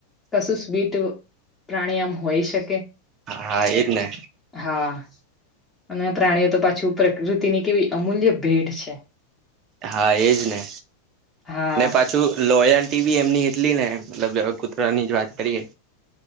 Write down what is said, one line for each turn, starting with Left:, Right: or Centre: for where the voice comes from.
Left: કશું સ્ બીટ પ્રાણી આમ હોઈ શકે
Right: હા એજ ને
Left: હા. અને પ્રાણીઓ તો પાછું પ્રકૃતિની કેવી અમૂલ્ય ભેડ છે.
Right: હા એજ ને
Left: હા
Right: ને પાછું લોયલ ી એમની એટલી ને મલબ કૂતરાની જ વાત કરીએ.